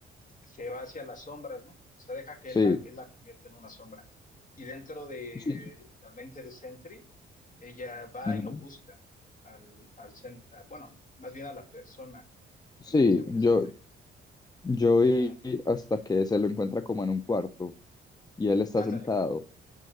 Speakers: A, on the left; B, on the left.
A: se va hacia las sombras, ¿no? O sea, deja que
B: sí,
A: él la, él la convierta en una sombra. Y dentro de
B: sí.
A: la mente de Sentry, ella va
B: ujú.
A: y lo busca al, al cen- a- bueno, más bien a la persona
B: Sí,
A: en la que se volvió
B: yo,
A: Sentry.
B: yo vi
A: Ajá.
B: hasta que se lo encuentra como en un cuarto y él está
A: Ándale.
B: sentado.